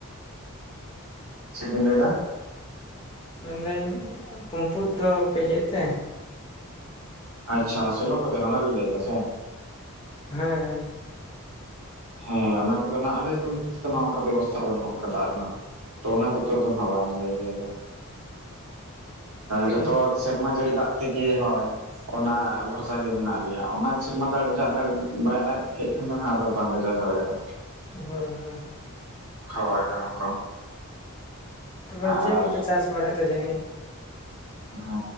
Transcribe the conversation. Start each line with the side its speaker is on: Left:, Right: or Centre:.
Right: ᱪᱮᱫ ᱵᱤᱱ ᱞᱟᱹᱭᱫᱟ᱾
Left: ᱢᱮᱱᱫᱟᱹᱧ ᱯᱚᱢᱯᱩ ᱫᱚ ᱤᱭᱟᱹ ᱛᱮ᱾
Right: ᱟᱪᱪᱷᱟ ᱥᱮᱞᱚ ᱠᱚᱛᱮ ᱚᱱᱟ ᱵᱮᱱ ᱞᱟᱹᱭ ᱫᱟ ᱥᱮ᱾
Left: ᱦᱮᱸ ᱦᱮᱸ
Right: ᱦᱮᱸ ᱚᱱᱟ ᱠᱚᱫᱚ ᱱᱟᱜ ᱟᱞᱮ ᱚᱱ ᱚᱱᱠᱟ ᱵᱮᱵᱚᱥᱛᱷᱟ ᱵᱟᱹᱱᱩᱜᱼᱟ ᱚᱱᱠᱟ ᱫᱟᱜ ᱨᱮᱱᱟᱜ᱾ ᱛᱚ ᱚᱱᱟ ᱠᱚᱛᱮ ᱫᱚ ᱱᱟᱜ ᱵᱟᱝ ᱤᱭᱟᱹᱭ ᱫᱟ᱾
Left: ᱛᱮᱜᱮ
Right: ᱡᱚᱛᱚ ᱥᱮᱨᱢᱟ ᱡᱟᱹᱲᱤ ᱫᱟᱜ ᱛᱮᱜᱮ ᱦᱳᱭ᱾ ᱚᱱᱟ ᱵᱷᱚᱨᱥᱟ ᱜᱮ ᱢᱮᱱᱟᱜ ᱞᱮᱭᱟ ᱚᱱᱟ ᱥᱮᱨᱢᱟ ᱫᱚ <inaudible> ᱵᱟᱭ ᱫᱟᱜ ᱠᱮ᱾᱾ ᱟᱫᱚ ᱦᱟᱜ ᱟᱫᱚ ᱵᱟᱝᱞᱮ ᱪᱟᱥ ᱫᱟᱲᱮᱭᱟᱜ-ᱟ᱾
Left: ᱦᱮᱸ ᱦᱮᱸ
Right: ᱦᱳᱭ ᱚᱱᱮ ᱚᱱᱠᱟ᱾
Left: ᱛᱚᱵᱮ
Right: ᱟᱨ
Left: ᱪᱮᱫ ᱠᱚᱯᱮ
Right: <inaudible>
Left: ᱪᱟᱥ ᱵᱟᱲᱟᱭᱮᱫ ᱛᱮ ᱡᱟᱹᱱᱤᱡ
Right: ᱦᱮ